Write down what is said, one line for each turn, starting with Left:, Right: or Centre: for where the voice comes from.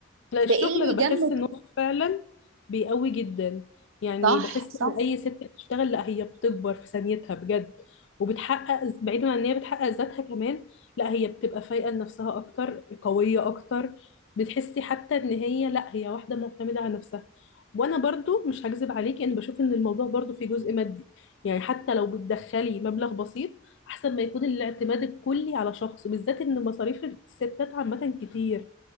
Left: لا الشغل
Right: فايه اللي
Left: انا بحس
Right: يجمد
Left: ان هو فعلا بيقوي جدا يعني
Right: صح
Left: بحس
Right: صح
Left: ان اي ست بتشتغل لا هي بتكبر في ثانيتها بجد وبتحقق بعيدا عن ان هي بتحقق ذاتها كمان لا هي بتبقى فايقه لنفسها اكتر قويه اكتر بتحسي حتى ان هي لا هي واحده معتمده على نفسها وانا برضو مش هكذب عليكي انا بشوف ان الموضوع برضو فيه جزء مادي يعني حتى لو بتدخلي مبلغ بسيط احسن ما يكون الاعتماد الكلي على شخص وبالذات ان مصاريف الستات عامه كتير